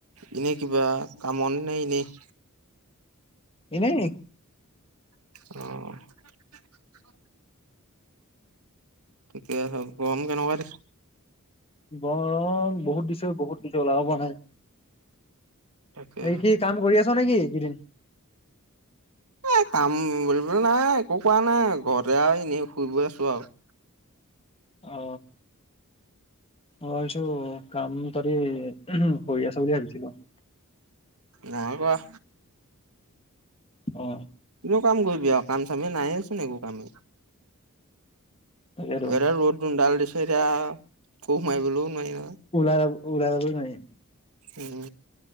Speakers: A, on the right; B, on the left.
A: এনে কিবা কামত নে- এনেই-
B: এনেই
A: অ ঠিকে আছে গৰম কেনেকুৱা
B: ব বহুত দিছো বহুত দিছো ওলাব পৰা নাই
A: তাকে
B: এই কি কাম কৰি আছ নেকি কেইদিন
A: এই কাম কৰিবলৈ নাই একো কোৱা নাই ঘৰতে আৰু এনেই শুই ব আছো আৰু
B: অ মই এইছো কাম তহতি কৰি আছ কৰি আছিলি ভাবিছিলোঁ
A: নাই কৰা
B: অ
A: কিনো কাম কৰিবি আৰু কাম চাম নাইচোন একো কামেই
B: তাকেতো
A: এ ৰ'দ ডাল দিছে এতিয়া কো সোমাই বলৈও নোৱাৰি ন
B: উলাইৰা যাব নোৱাৰি
A: উম